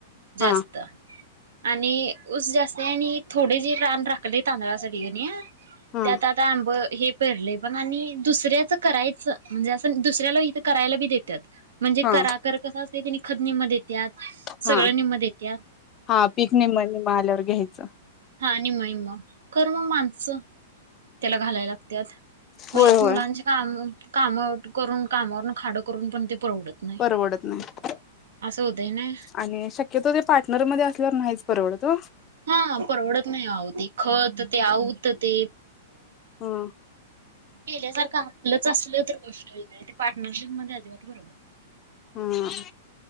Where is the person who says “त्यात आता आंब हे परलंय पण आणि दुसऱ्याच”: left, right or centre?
Right